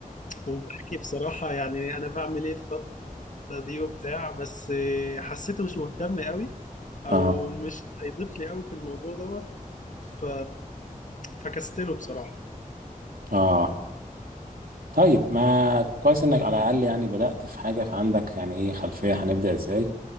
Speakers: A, on the left (about 60°); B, on the right (about 80°).
A: وبحكي بصراحه يعني انا بعمل ايه الفتره دي وبتاع بس حسيته مش مهتم قوي او
B: اه
A: مش هيضيف لي قوي في الموضوع دوت ف فكستله بصراحه
B: اه طيب ما كويس انك على الاقل يعني بدأت في حاجة فعندك يعني ايه خلفية هنبدأ ازاي